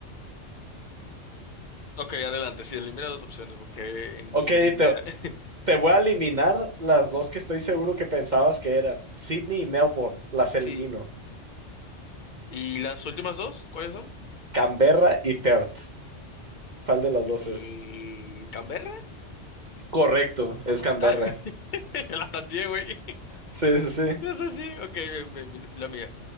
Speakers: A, on the left; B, on the right.
A: Ok, adelante, sí, elimina dos opciones porque ni,
B: Ok,
A: ni idea.
B: te,
A: <laughs>
B: te voy a eliminar las dos que estoy seguro que pensabas que eran. Sydney y Melbourne, las elimino.
A: Sí, ¿y las últimas dos? ¿Cuáles son?
B: Canberra y Perth. ¿Cuál de las dos
A: Eh,
B: es?
A: ¿Canberra? <laughs>
B: Correcto, es Canberra.
A: Ah, <laughs> La tanteé, güey.
B: Sí, sí, sí.
A: No sé si- Ok, bien, bien, bien, la mía.